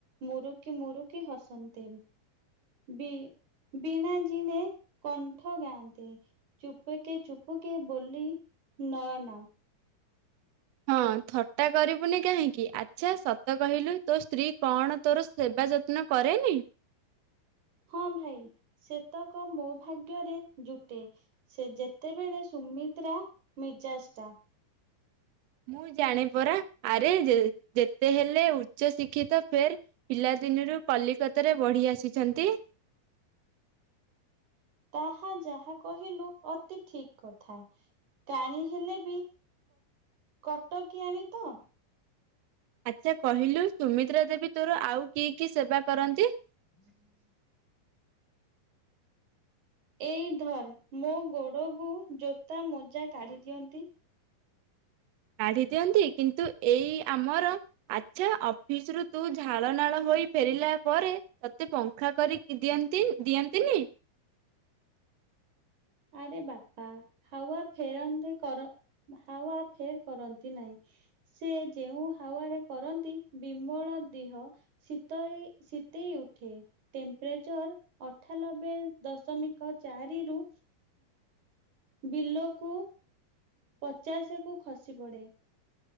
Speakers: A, on the right; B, on the right.
A: ମୁରୁକି ମୁରୁକି ହସନ୍ତି ବି ବୀଣା ଜିଣେ କଣ୍ଠ ଗାଆନ୍ତି ଚୁପୁକେ ଚୁପୁକେ ବୋଲି ନୟନ
B: ହଁ ଥଟ୍ଟା କରିବୁନି କାହିଁକି ଆଚ୍ଛା ସତ କହିଲୁ ତୋ ସ୍ତ୍ରୀ କଣ ତୋର ସେବା ଯତ୍ନ କରେନି?
A: ହଁ ଭାଇ ସେତକ ମୋ ଭାଗ୍ୟରେ ଜୁଟେ ସେ ଯେତେବେଳେ ସୁମିତ୍ରା ମିର୍ଜାଷ୍ଟା
B: ମୁଁ ଜାଣି ପରା ଆରେ ଯେତେ ହେଲେ ଉଚ୍ଚ ଶିକ୍ଷିତ ଫେର ପିଲାଦିନରୁ କଲିକତାରେ ବଢି ଆସିଛନ୍ତି।
A: ତାହା ଯାହା କହିଲୁ ଅତି ଠିକ କଥା କାଣି ହେଲେ ବି କଟକି ଆଣି ତ
B: ଆଚ୍ଛା କହିଲୁ ସୁମିତ୍ରା ଦେବ ଭିତରୁ ଆଉ କି କି ସେବା କରନ୍ତି।
A: <inaudible> ଏଇ ଧନ୍ ମୋ ଗୋଡକୁ ଜୋତା ମୋଜା କାଢ଼ିଦିଅନ୍ତି।
B: କାଢି ଦିଅନ୍ତି କିନ୍ତୁ ଏଇ ଆମର ଆଚ୍ଛା ଅଫିସ ରୁ ତୁ ଝାଳ ନାଳ ହୋଇ ଫେରିଲା ପରେ ତତେ ପଙ୍ଖା କରିକି ଦିଅନ୍ତି ଦିଅନ୍ତିନି
A: ଆରେ ବାପା ହାୱା ଫେରନ୍ତି କର ହାୱା ଫେର କରନ୍ତି ନାହିଁ ସେ ଯେଉଁ ହାୱାରେ କରନ୍ତି ବିମଳ ଦେହ ଶୀତରେ ଶୀତେଇ ଉଠେ ଟେମ୍ପରେଚର ଅଠାନବେ ଦଶମିକ ଚାରି ରୁ ବିଲକୁ ପଚାଶ କୁ ଖସି ପଡେ